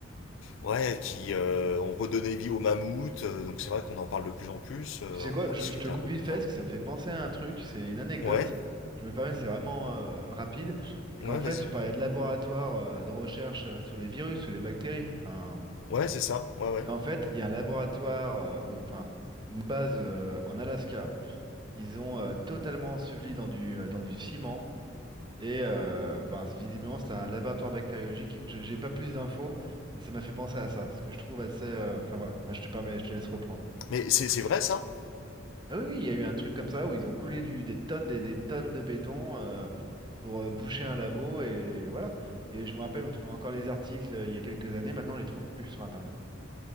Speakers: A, on the left; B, on the right.
A: ouais, qui euh, ont redonné vie aux mammouths. Euh, Donc, c'est vrai qu'on en parle de plus en plus. Euh,
B: Tu sais
A: on
B: quoi,
A: pourra
B: je,
A: en discuter
B: je te coupe
A: un peu
B: vite
A: plus
B: fait
A: tard.
B: parce que ça me fait penser à un truc, c'est une anecdote.
A: Ouais,
B: Je me permets, c'est vraiment euh, rapide. C'est
A: ouais,
B: qu'en fait,
A: vas-y.
B: tu parlais de laboratoire euh, de recherche euh, sur les virus ou les bactéries. Enfin,
A: Ouais, c'est ça. Ouais, ouais.
B: et en fait, il y a un laboratoire, euh, au- enfin, une base euh, en Alaska qu'ils ont euh, totalement enseveli dans du, euh, dans du ciment. Et euh, ben, c'est- visiblement, c'est un laboratoire bactériologique. Je- J'ai pas plus d'infos, mais ça m'a fait penser à ça, ce que je trouve assez. euh, Enfin voilà, Enfin, je te permets, je te laisse reprendre.
A: Mais c'est c'est vrai ça?
B: Ah oui, oui, il y a eu un truc comme ça où ils ont coulé du- des tonnes, des, des tonnes de béton euh, pour euh, boucher un labo et voilà. Et je me rappelle, on trouvait encore les articles euh, il y a quelques années, maintenant on les trouve plus sur Internet.